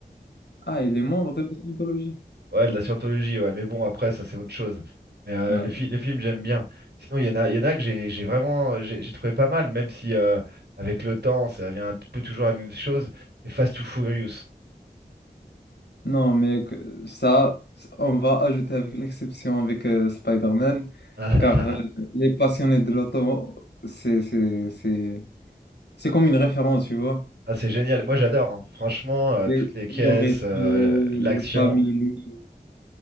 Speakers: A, on the left; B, on the right.
A: Ah, il est membre de la Scientologie.
B: Ouais, de la scientologie, ouais, mais bon, après, ça, c'est autre chose. Mais euh,
A: Ouais.
B: le, fi- le film, j'aime bien. Sinon, il y en a, il y en a que j'ai j'ai vraiment j'ai j'ai trouvé pas mal, même si euh, avec le temps, ça devient un peu toujours la même chose. C'est Fast to Furious. <laughs>
A: Non, mais que- ça, on va ajouter avec l'exception avec euh, Spider-Man,
B: Ah,
A: car
B: ah, ah,
A: euh,
B: ah.
A: les passionnés de l'auto, c'est c'est- c'est- c'est comme une référence, tu vois.
B: Ah, c'est génial. Moi, j'adore. hein. Franchement, euh,
A: Les
B: toutes les caisses,
A: Toretto,
B: euh,
A: les
B: l'action.
A: familles.